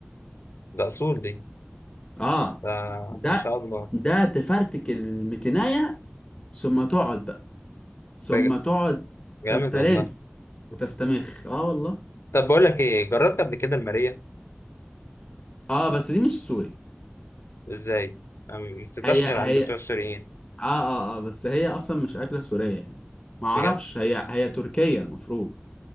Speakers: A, on the left; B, on the left.
A: ده اصول دي
B: اه
A: ده
B: ده
A: ما شاء الله
B: ده تفرتك المتناية ثم تقعد بقى ثم
A: ده ج-
B: تقعد
A: جامد
B: تسترز
A: والله
B: وتستمخ اه والله
A: طب بقول لك ايه جربت قبل كده الماريه
B: اه بس دي مش سوري
A: ازاي أم- ما بتتباعش
B: هي
A: غير
B: هي
A: عند بتوع
B: اه
A: السوريين
B: اه اه بس هي اصلا مش اكلة سورية يعني ما اعرفش
A: بجد
B: هي هي تركية المفروض